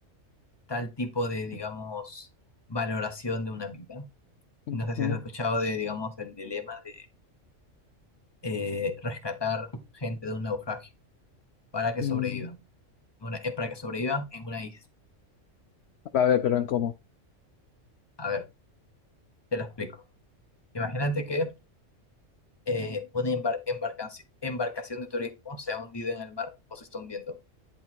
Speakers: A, on the left; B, on the left.
A: tal tipo de, digamos, valoración de una vida.
B: Ujú.
A: No sé si has escuchado de, digamos, el dilema de eh, rescatar gente de un naufragio para que
B: Mm.
A: sobrevivan. Una- eh, para que sobrevivan en una isla.
B: A ver, pero en cómo.
A: A ver, te lo explico. Imagínate que eh, una embar- embarcaci- embarcación de turismo se ha hundido en el mar o se está hundiendo.